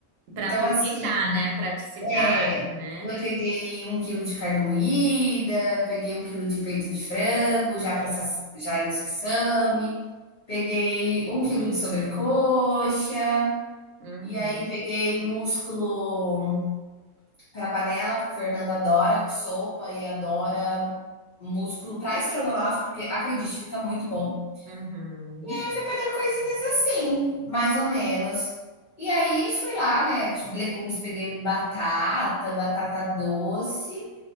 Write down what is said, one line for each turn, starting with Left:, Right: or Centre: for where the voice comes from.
Right: para
Left: Então,
Right: aproveitar,
Left: assim,
Right: né? Praticidade,
Left: é,
Right: né?
Left: eu peguei um quilo de carne moída, peguei um quilo de peito de frango, já para já em sassami. Peguei um quilo de sobrecoxa,
Right: Uhum,
Left: e aí peguei músculo para panela, porque a Fernanda adora sopa e adora músculo para estrogonofe, porque acredite, fica muito bom.
Right: uhum.
Left: E aí fui pegando coisinhas assim, mais ou menos. E aí fui lá, né? Legumes, peguei batata, batata doce